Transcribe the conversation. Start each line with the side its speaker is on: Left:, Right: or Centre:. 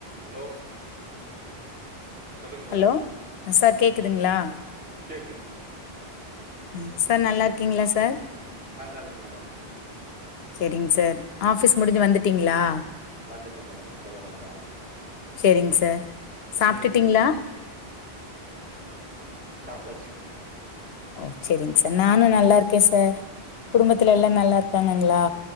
Right: ஹலோ சொல்லுங்க மேடம்
Left: ஹலோ சார் கேக்துங்களா
Right: கேக்குதுங்க
Left: ஆ சார் நல்லா இருக்கீங்களா சார்
Right: நல்லா இருக்கு மேடம்
Left: செரிங் சார் ஆஃபீஸ் முடிஞ்சு வந்துட்டீங்களா
Right: வந்துட்டேன் மேடம் இப்ப தா வந்தோ
Left: செரிங் சார் சாப்ட்டுட்டீங்களா
Right: நீங்க எப்டி இருக்கீங்க சாப்ட்டாச்சுங்க
Left: ஓ செரிங் சார் நானு நல்லா இருக்கேன் சார் குடும்பத்துல எல்லா நல்லா இருக்காங்கங்களா